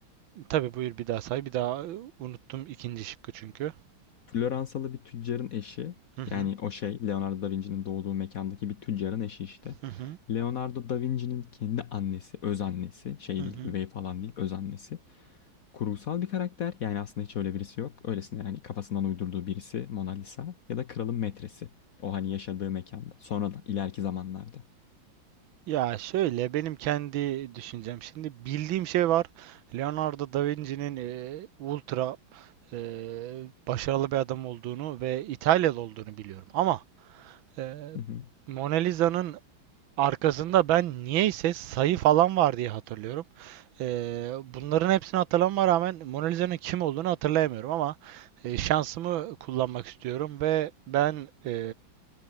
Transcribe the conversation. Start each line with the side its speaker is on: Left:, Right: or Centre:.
Right: Tabii buyur bir daha say. Bir daha e, unuttum ikinci şıkkı çünkü.
Left: Floransalı bir tüccarın eşi.
Right: Hı hı.
Left: Yani o şey Leonardo Da Vinci'nin doğduğu mekandaki bir tüccarın eşi işte.
Right: Hı hı.
Left: Leonardo Da Vinci'nin kendi annesi, öz annesi şey
Right: Hı hı.
Left: değil, üvey falan değil, öz annesi. kurgusal bir karakter. Yani aslında hiç öyle birisi yok. Öylesine yani kafasından uydurduğu birisi Mona Lisa ya da kralın metresi. O hani yaşadığı mekanda. Sonradan ileriki zamanlarda.
Right: Ya şöyle benim kendi düşüncem. Şimdi bildiğim şey var. Leonardo da Vinci'nin e, ultra e, başarılı bir adam olduğunu ve İtalyalı olduğunu biliyorum. Ama e,
Left: Hı hı.
Right: Mona Lisa'nın Arkasında ben niyeyse sayı falan var diye hatırlıyorum. Ee, bunların hepsini hatırlamama rağmen Mona Lisa'nın kim olduğunu hatırlayamıyorum ama e, şansımı kullanmak istiyorum ve ben e,